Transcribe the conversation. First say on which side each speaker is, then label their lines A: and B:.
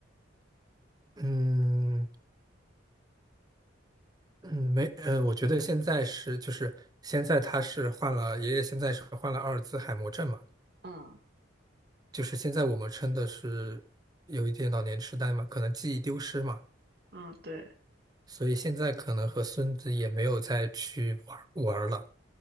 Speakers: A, on the right (about 20°); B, on the right (about 50°).
A: 嗯。嗯，没，呃，我觉得现在是就是现在他是患了，爷爷现在是患了阿尔兹海默症嘛，
B: 嗯
A: 就是现在我们称的是有一点老年痴呆嘛，可能记忆丢失嘛，
B: 嗯，对，
A: 所以现在可能和孙子也没有再去玩儿玩儿了，